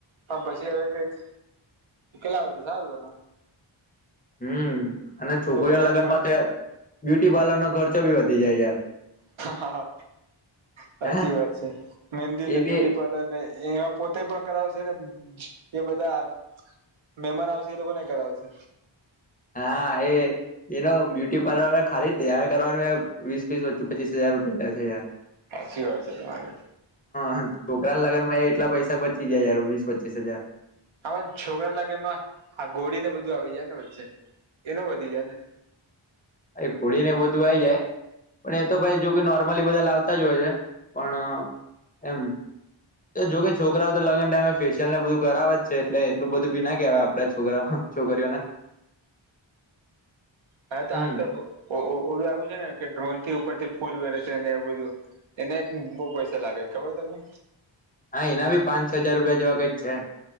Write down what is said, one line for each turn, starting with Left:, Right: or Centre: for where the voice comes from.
Right: પણ પછી હવે કઈક કેટલા વધુ સારું એનું.
Left: હમ્મ અને છોકરીઓને
Right: છોકરાઓ
Left: લગ્નમાં તો બ્યુટી પાર્લરનો ખર્ચો ભી વધી જાય યાર.
Right: હા સાચી
Left: હે
Right: વાત છે, મેહેંદી ને
Left: એ
Right: બ્યુટી
Left: બી
Right: પાર્લર ને એમાં પોતે પણ કરાવશે ને બીજા બધા મહેમાન આવશે એ લોકો નેય કરાવશે.
Left: હા એ એનો બ્યુટી પ્લર ખાલી તૈયાર કરવાનું વીસ, પીસ, પચીસ હજાર રૂપિયા લે છે યાર.
Right: સાચી વાત છે તમારે
Left: હ છોકરાને લગનમાં એટલા પૈસા બ બીજા યાર વીસ પચીસ હજાર.
Right: આ છોકરા લાગનમાં ગોળી ને બધું આવી જાય ને વચ્ચે એનું વધી જાય ને.
Left: એ ઘોડી ને બધું આઈ જાય. પણ એ તો ભાઈ જો કે નોર્મલી બધા લાવતા જ હોય છે પણ એમ. એ જોકે છોકરાઓ તો લગન ટાઈમે ફેશસિયલ ને બધું કરાવે જ છે એટલે એટલું બધું બી ના કેહેવાય આપડા છોકરા. છોકરીઓને
Right: હ હા તો
Left: હમ
Right: આજકાલ ઓ આવું છે ને કે ડ્રોન થી ઉપરથી ફૂલ વેરે છે ને એવું બધું. એને બહુ પૈસા લાગે છે ખબર તમને?
Left: હા એના ભી પાચ છ હજાર રૂપિયા જેવા કઈક છે.